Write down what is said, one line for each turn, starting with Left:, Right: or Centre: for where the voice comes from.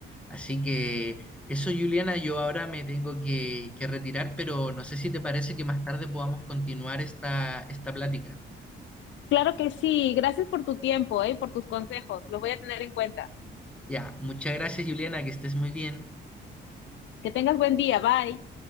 Centre: Así que eso, Juliana, yo ahora me tengo que, que retirar, pero no sé si te parece que más tarde podamos continuar esta, esta plática.
Left: Claro que sí. Gracias por tu tiempo, ¿eh? Por tus consejos. Los voy a tener en cuenta.
Centre: Ya, muchas gracias, Juliana, que estés muy bien.
Left: Que tengas buen día. Bye.